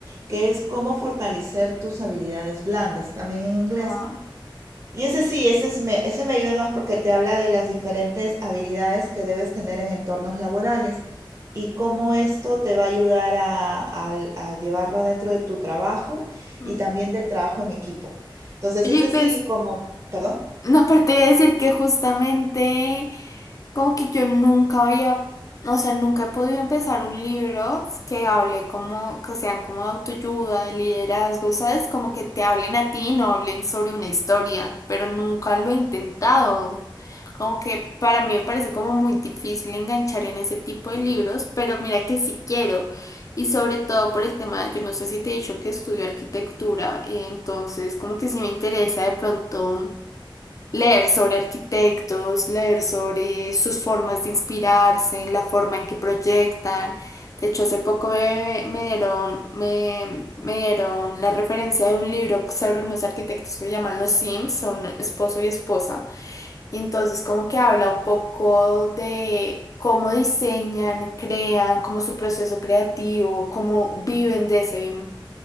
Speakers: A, on the right; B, on the left.
A: que es cómo fortalecer tus habilidades blandas, también en inglés.
B: Ah,
A: Y ese sí, ese, es me, ese me ayuda más porque te habla de las diferentes habilidades que debes tener en entornos laborales y cómo esto te va a ayudar a, a- a llevarlo dentro de tu trabajo
B: ujú.
A: y también del trabajo en equipo. Entonces,
B: Oye,
A: ese sí,
B: pues
A: como, perdón.
B: No, aparte de decir que justamente como que yo nunca había, o sea, nunca he podido empezar un libro que hable como, que sean como de autoayuda, de liderazgo, ¿sabes? Como que te hablen a ti, no hablen sobre una historia, pero nunca lo he intentado. Como que para mí me parece como muy difícil enganchar en ese tipo de libros, pero mira que sí quiero. Y sobre todo por el tema, yo no sé si te he dicho que estudio arquitectura, eh, entonces como que sí me interesa de pronto Leer sobre arquitectos, leer sobre sus formas de inspirarse, la forma en que proyectan. De hecho, hace poco me, me dieron, me, me dieron la referencia de un libro sobre unos arquitectos que se llaman Los Sims, son esposo y esposa. Y entonces como que habla un poco de cómo diseñan, crean, cómo su proceso creativo, cómo viven de ese,